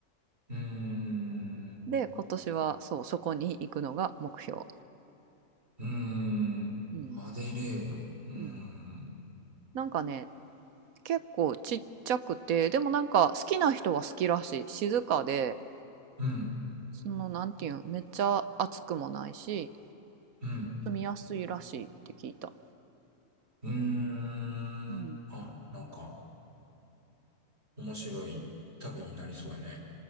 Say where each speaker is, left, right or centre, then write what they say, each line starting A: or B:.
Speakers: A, on the right (about 45°); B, on the right (about 70°).
A: うーん。
B: で、今年はそう、そこに行くのが目標。
A: うーん。
B: うん。
A: アデレード。うーん。
B: うん。なんかね、結構ちっちゃくて、でもなんか好きな人は好きらしい。静かで、
A: うん。
B: その、なんていうん、めっちゃ暑くもないし、
A: うん。
B: 住みやすいらしいって聞いた。
A: うーん。
B: うん。
A: あ、なんか、面白い旅になりそうやね。